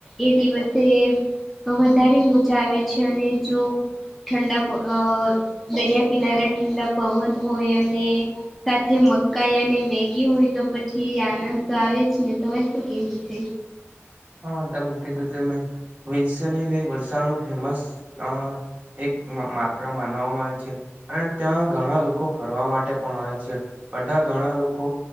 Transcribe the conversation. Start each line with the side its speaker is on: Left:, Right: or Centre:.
Centre: એ દિવસે તો વધારે મોજા આવે છે અને જો ઠંડ પર અ દરિયા કિનારે ઠંડા પવન હોય અને સાથે મકાઈ અને મેગી હોય તો પછી આનંદ તો આવે જ ને તમારે શું કેવું છે
Right: હા તમે કીધું તેમ વસઈ થી લઈ વલસાડ નું ફેમસ આ એક માત્ર માનવામાં આવે છે અને ત્યાં ઘણા લોકો ફરવા માટે પણ આવે છે બધા ઘણા લોકો